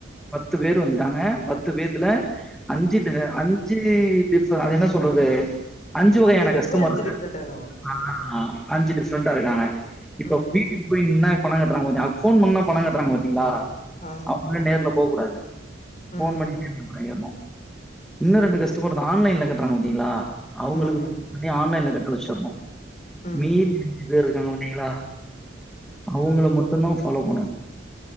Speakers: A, in the centre; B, on the left.
A: பத்து பேர் வந்துட்டாங்க பத்து பேத்துல அஞ்சி டி அஞ்சி டிஃப் இப்ப அது என்ன சொல்றது அஞ்சு வகையான
B: பேருமே
A: கஷ்டமர்
B: அஞ்சு
A: இருக்காங்க
B: டிஃப்ரெண்ட் ஆயிடுவாங்க
A: ஆ அஞ்சு டிஃப்ரெண்டா இருக்காங்க இப்ப
B: ம்
A: வீட்டுக் போய் நின்னா பண கட்றாங்க பாத்திங் ஆ ஃபோன் பண்ணா பண கட்றாங்க பாத்தீங்களா
B: ஆ
A: அவுங்களுக்லா நேர்ல போக் கூடாது
B: ம்
A: ஃபோன் பண்ணி வாங்கிர்ணு இன்னு ரெண்டு கஷ்டமர் இந்த ஆன்லைன்ல கட்றாங்க பாத்தீங்களா அவுங்களுக்கு
B: ஆமா ஆமா
A: பண்ணி ஆன்லைன்ல கட்ட வச்சுருணு
B: ம்
A: மீதி ரெண்டு பேரு இருக்காங்க பாத்தீங்களா அவுங்கள மட்டுந்தா ஃபாலோ பண்ணணு